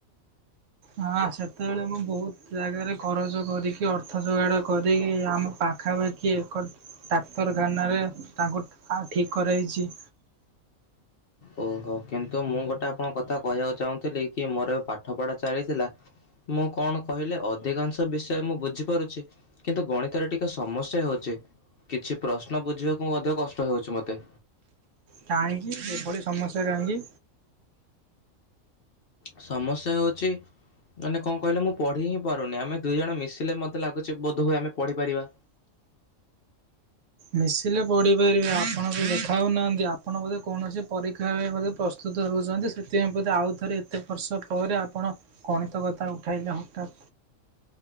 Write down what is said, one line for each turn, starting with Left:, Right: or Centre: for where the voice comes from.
Right: ହଁ ସେତେବେଳେ ମୁଁ ବହୁତ ଜାଗାରେ କରଜ କରିକି ଅର୍ଥ ଯୋଗାଡ଼ କରିକି ଆମ ପାଖାପାଖି କିି ଏକ ଡାକ୍ତରଖାନାରେ ତାଙ୍କୁ ଠିକ କରାଇଚି।
Left: ଓହୋ କିନ୍ତୁ ମୁଁ ଗୋଟେ ଆପଣଙ୍କ କଥା କହିବାକୁ ଚାହୁଁଥିଲି କି ମୋର ଏ ପାଠ ପଢା ଚାଲିଥିଲା ମୁଁ କଣ କହିଲେ ଅଧିକାଂଶ ବିଷୟ ମୁଁ ବୁଝିପାରୁଛି କିନ୍ତୁ ଗଣିତରେ ଟିକେ ସମସ୍ୟା ହେଉଛି। କିଛି ପ୍ରଶ୍ନ ବୁଝିବାକୁ ମଧ୍ୟ କଷ୍ଟ ହଉଚି ମତେ।
Right: କାହିଁକି ଏଭଳି ସମସ୍ୟା କାହିଁକି?
Left: ସମସ୍ୟା ହେଉଚି ମାନେ କଣ କହିଲେ ମୁଁ ପଢିଁହିଁ ପାରୁନି ଆମେ ଦି ଜଣ ମିଶିଲେ ମତେ ଲାଗୁଛି ବୋଧହୁଏ ଆମେ ପଢିପାରିବା।
Right: ମିଶିଲେ ପଢିପାରିବେ ଆପଣଙ୍କୁ ଦେଖାଉନାହାନ୍ତି ଆପଣ ବୋଧେ କୌଣସି ପରୀକ୍ଷା ପାଇଁ ବୋଧେ ପ୍ରସ୍ତୁ ତ ହେଉଛନ୍ତି ସେଥିପାଇଁ ବୋଧେ ଆଉ ଥରେ ଏତେ ବର୍ଷ ପରେ ଆପଣ ଗଣିତ କଥା ଉଠାଇଲେ ହଠାତ୍।